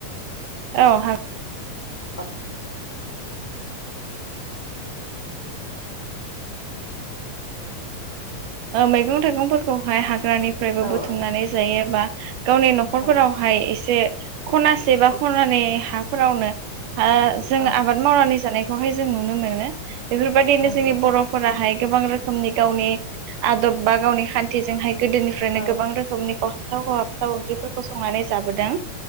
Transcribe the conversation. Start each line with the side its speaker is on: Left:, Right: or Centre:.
Right: औ।
Left: औ।
Right: मैगं थाइगंफोरखौहाय हाग्रानिफ्रायबो
Left: औ
Right: बुथुमनानै जायोा गावनि न'खरफोरावहाय
Left: औ
Right: एसे खनासे बा खनानि ह फोरावनो जों
Left: औ
Right: आबाद मावनानै जानायखौहाय जों नुनो मोनो। बेफोरबायदिनो
Left: नंगौ
Right: जोंनि बर'फोराहाय गोबां रोखोमनि गावनि आदब बा गावनि खान्थिजोंहाय गोदोनिफ्रायनो
Left: औ
Right: गोबां रोखोमनि खहाबथाव खहाबथाव ओंख्रिफोरखौ संनानै जाबोदों।